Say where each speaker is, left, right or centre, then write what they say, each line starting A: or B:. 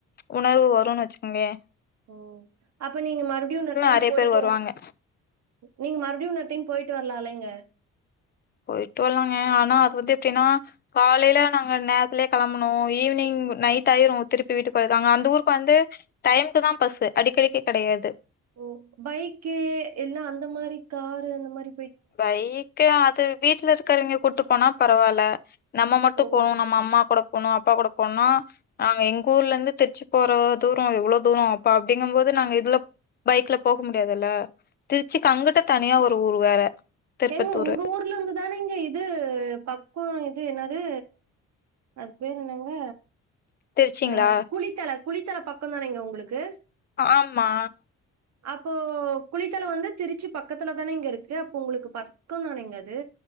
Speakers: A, on the left; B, on the right.
A: உணர்வு வருன்னு வெச்சுக்கோங்கயே
B: ஓ அப்ப நீங்க மறுபடியு இன்னொரு டைம்
A: நெறைய
B: போயிட்டு
A: பேர் வருவாங்க
B: வ் நீங்க மறுபடியு இன்னொரு டைம் போயிட்டு வரால இல்லேங்க
A: போயிட்டு வரலாங்க ஆனா அது வந்து எப்டினா காலையில நாங்க நேரத்துலேயே கிளம்பனு ஈவினிங் நைட் ஆயிரு திருப்பி வீட்டுக்குர்துகு அங்க அந்த ஊருக்கு வந்து டைமுக்கு தா பஸ்ஸூ அடிக்கடிக்கு கெடயாது
B: ஓ பைக்கி இல்லனா அந்த மாறி காரு அந்த மாறி
A: பைக்கு அது வீட்ல இருக்கிறேவேங்க கூட்டு போனா பரவால்ல நம்ம மட்டு
B: ஓ
A: போனு நம்ம அம்மா கூட போனு அப்பா கூட போணுனா நாங்க எங்க ஊர்ல இருந்து திர்ச்சிக் போறோ தூரோ எவ்ளோ தூரோ அப்ப அப்டிங்கம் போது நாங்க இதுல பைக்ல போக முடியாதுல்ல திர்ச்சிக்கு அங்குட்டு தனியா ஒரு ஊரு வேற திருப்பத்தூரு
B: எங்க உங்க ஊர்ல இருந்துதானேங்கே இது பக்கோ இது என்னது அது பேரு என்னங்க
A: திருச்சிங்களா
B: அ குளித்தல குளித்தல பக்கோ தானேங்க உங்களுக்கு
A: ஆமா
B: அப்போ குளித்தல வந்து திருச்சி பக்கத்துல தானேங்க இருக்கு அப்போ உங்களுக்கு பக்கோந் தானேங்க அது